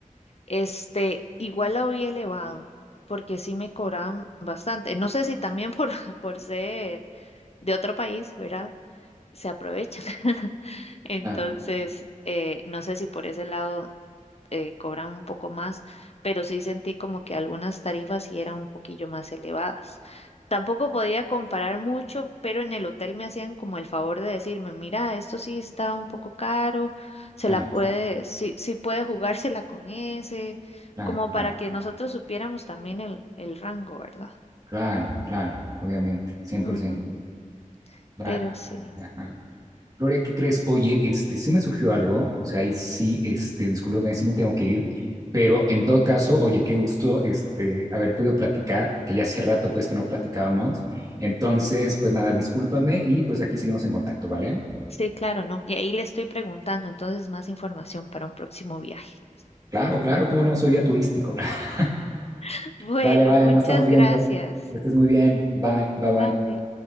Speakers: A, on the left; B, on the right.
A: Este, igual lo vi elevado, porque sí me cobraban bastante. No sé si también por, <laughs> por ser de otro país, ¿verdad? Se aprovechan. <laughs> Entonces,
B: Claro,
A: eh, no sé si por ese lado eh, cobran un poco más, pero sí sentí como que algunas tarifas sí eran un poquillo más elevadas. Tampoco podía comparar mucho, pero en el hotel me hacían como el favor de decirme, mira, esto sí está un poco caro, se
B: claro,
A: la puede,
B: claro,
A: sí, sí puede jugársela con ese,
B: claro,
A: como
B: claro.
A: para que nosotros supiéramos también el, el rango, ¿verdad?
B: Claro, claro, obviamente, 100%.
A: Ujú, Pero
B: Va.
A: sí,
B: Ajá. Gloria, ¿qué crees? Oye, este, sí me surgió algo, o sea, ahí sí, este, discúlpame, sí me tengo que ir, pero en todo caso, oye, qué gusto, este, haber podido platicar, que ya hace rato, pues, que no platicábamos. Entonces, pues nada, discúlpame y pues aquí seguimos en contacto, ¿vale?
A: sí, claro, ¿no? Y ahí le estoy preguntando, entonces más información para un próximo viaje.
B: Claro, claro, cómo no, soy ya turístico. <laughs>
A: <laughs> Bueno,
B: Vale, vale,
A: muchas
B: nos estamos viendo.
A: gracias.
B: Que estés muy bien. Bye, bye,
A: Bye.
B: bye.